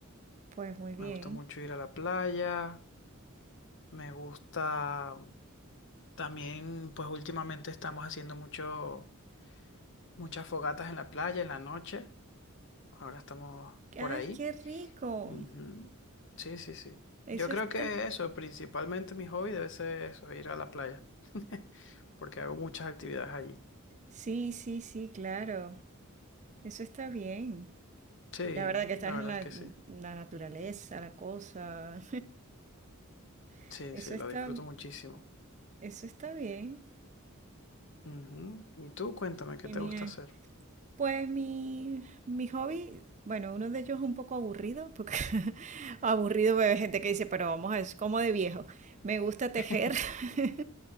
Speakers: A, on the right; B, on the left.
A: pues muy bien.
B: Me gusta mucho ir a la playa, me gusta también, pues últimamente estamos haciendo mucho, muchas fogatas en la playa en la noche. Ahora estamos
A: ¡Ay,
B: por ahí.
A: qué rico!
B: Ujú. Sí, sí, sí.
A: Eso
B: Yo creo
A: está.
B: que eso, principalmente mi hobby debe ser eso, ir a la playa. <laughs> Porque hago muchas actividades allí.
A: Sí, sí, sí, claro. Eso está bien.
B: Sí,
A: La verdad que estás
B: la verdad
A: en la,
B: es que
A: en
B: sí.
A: la naturaleza, la cosa. <laughs>
B: Sí,
A: Eso
B: sí,
A: está,
B: lo disfruto muchísimo.
A: eso está bien.
B: Ujú. Y tú, cuéntame, ¿qué
A: Genial.
B: te gusta hacer?
A: Pues mi, mi hobby, bueno, uno de ellos es un poco aburrido, porque <laughs> aburrido ve gente que dice, pero vamos, es como de viejo. Me gusta tejer.
B: <laughs>
A: <laughs>